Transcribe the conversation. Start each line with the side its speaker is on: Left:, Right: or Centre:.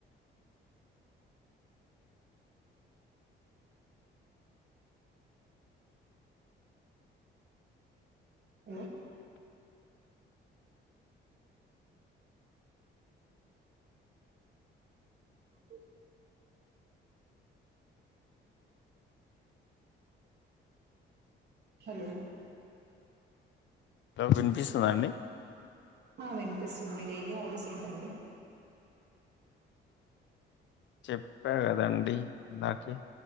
Right: హలో <unintelligible> హలో
Left: వినిపిస్తుంద అండి
Right: వినిపిస్తుంది మీ డైలీ హాబీస్ ఏంటండి
Left: చెప్పా కదండి ఇందాకే